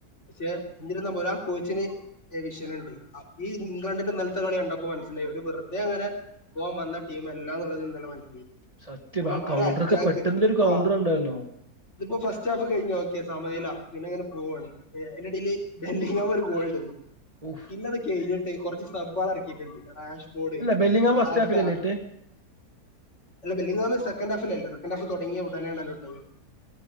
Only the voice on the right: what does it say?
സത്യം
ആഹ് കൗണ്ടറൊക്കെ
പെട്ടെന്ന് ഒരു കൗണ്ടറുണ്ടായിരുന്നോ.
ഓഫ്!
അല്ല ബെല്ലിങ്ങാം
ഫസ്റ്റ് ഹാഫിലല്ലേ ഇട്ടെ